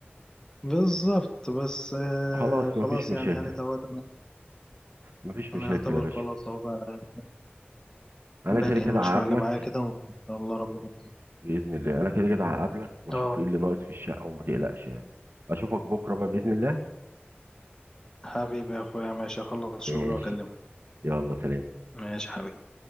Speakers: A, on the left; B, on the right.
A: بالظبط بس آه
B: خلاص مفيش
A: خلاص
B: مشاكل
A: يعني هانت اهوت انا
B: مفيش مشاكل
A: انا يعتبر
B: يا باشا
A: خلاص اهو بقى
B: انا
A: بنهي
B: كده كده
A: المشروع
B: هقابلك
A: اللي معايا كده وان شاء الله ربنا
B: باذن الله انا كده كده هقابلك واشوف
A: اه
B: ايه اللي ناقص في الشقه وما تقلقش يعني اشوفك بكره بقى باذن الله
A: حبيبي يا اخويا ماشي اخلص شغل
B: ماشي
A: واكلمك
B: يلا سلام
A: ماشي حبيبي